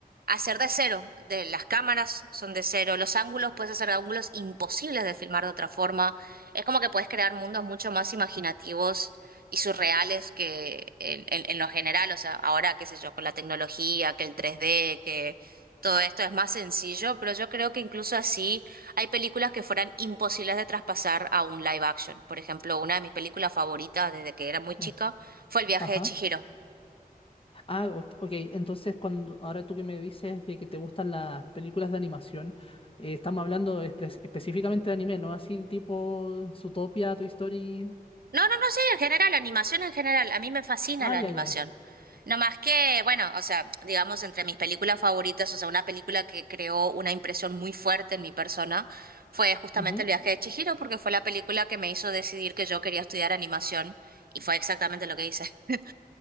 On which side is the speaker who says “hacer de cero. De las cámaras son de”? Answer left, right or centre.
Right